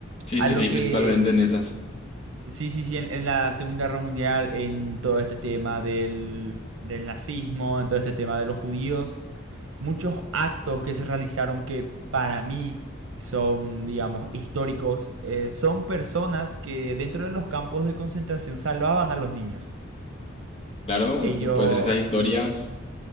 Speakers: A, on the left (about 30°); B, on the right (about 80°).
A: Sí,
B: algo
A: sí, sí,
B: que
A: principalmente en esas.
B: Sí, sí, sí, en, en la Segunda Guerra Mundial, en todo este tema del, del nazismo, en todo este tema de los judíos, muchos actos que se realizaron que para mí son, digamos, históricos, eh, son personas que dentro de los campos de concentración salvaban a los niños.
A: Claro, un-
B: Ellos,
A: puede ser esas historias.